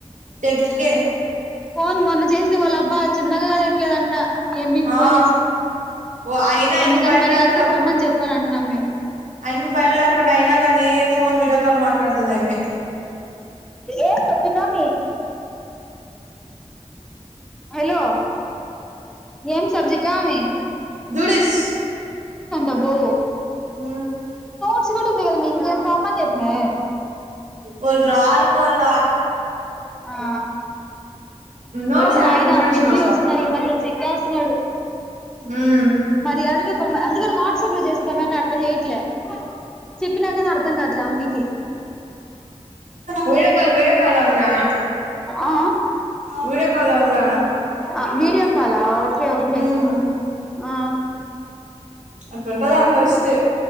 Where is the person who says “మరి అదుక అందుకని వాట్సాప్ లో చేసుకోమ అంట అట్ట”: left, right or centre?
Centre